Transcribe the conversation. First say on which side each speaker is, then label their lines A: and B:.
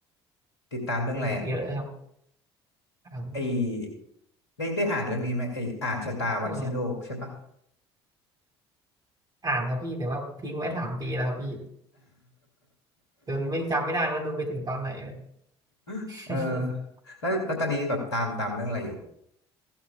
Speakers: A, on the left (about 85°); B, on the right (about 30°).
A: ติดตามเรื่องอะไรอ่ะ
B: มีเยอะนะครับอ่าน
A: ไอได้ได้อ่านเรื่องนี้ไหมไออ่านชะตาวันสิ้นโลกใช่ปะ
B: เรื่องอะไร อ่านครับพี่แต่ว่าทิ้งไว้สามปีแล้วครับพี่จนไม่จำไม่ได้แล้วดูไปถึงตอนไหน <laughs> เลย
A: <laughs> เออ
B: <laughs>
A: แล้วแล้วตอนนี้แบบตามตามเรื่องอะไรอยู่